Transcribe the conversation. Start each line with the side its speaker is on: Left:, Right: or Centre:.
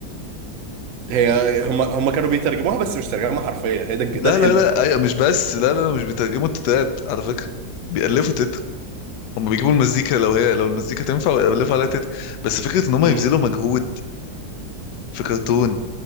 Right: هي هم هم كانوا بيترجموها بس مش ترجمه حرفيه هي ده الج- ده
Left: لا
Right: الحلو
Left: لا لا ايوه مش بس لا لا لا مش بيترجموا التتات على فكره بيألفوا تت هم بيجيبوا المزيكا لو هي لو المزيكا تنفع ويألفوا عليها تت بس فكره ان هم
Right: امم
Left: يبذلوا مجهود في كرتون